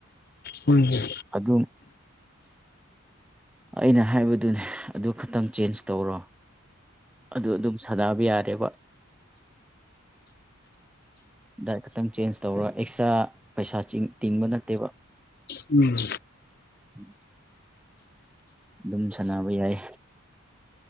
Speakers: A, on the left; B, in the centre.
A: ꯍ ꯍ
B: ꯑꯗꯨꯝ ꯑꯩꯅ ꯍꯥꯏꯕꯗꯨꯅꯦ ꯑꯗꯨ ꯈꯛꯇꯪ ꯆꯦꯟꯖ ꯇꯧꯔꯣ ꯑꯗꯨ ꯑꯗꯨꯝ ꯁꯥꯟꯅꯕ ꯌꯥꯔꯦꯕ ꯗꯥꯏꯠ ꯈꯛꯇꯪ ꯆꯦꯟꯖ ꯇꯧꯔ ꯑꯦꯛꯁꯇ꯭ꯔꯥ ꯄꯩꯁꯥ ꯇꯤꯡꯕ ꯅꯠꯇꯦꯕ
A: ꯎꯝ
B: ꯎꯝ ꯑꯗꯨꯝ ꯁꯥꯟꯅꯕ ꯌꯥꯏ